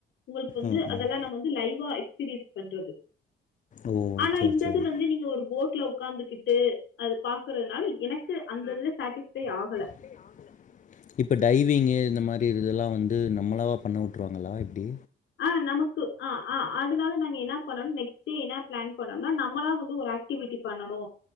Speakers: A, on the left; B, on the left.
A: உங்களுக்கு வந்து
B: ம்
A: அதெல்லா
B: ம்
A: நம்ம வந்து லைவா எக்ஸ்பீரியன்ஸ் பண்றது
B: ஓ
A: ஆனா
B: சேரி
A: இந்தது
B: சேரி
A: வந்து நீங்க ஒரு போட்ல உக்காந்துக்கிட் டு அது பாக்குறதுனால எனக்கு அந்த இதுல சேட்டிஸ்பை ஆகல
B: அப்டியா இப்ப டைவிங்கு இந்த மாரி இதுதுலா வந்து நம்மளாவா பண்ண விட்ருவாங்களா எப்டி
A: ஆ நமக்கு ஆ ஆ அதனால நாங்க என்ன பண்ணோமன் நெக்ஸ்ட் டே என்ன பிளான் பண்ணோனா நம்மளா வந்து ஒரு ஆக்ட் டிவிட்டி பண்ணனு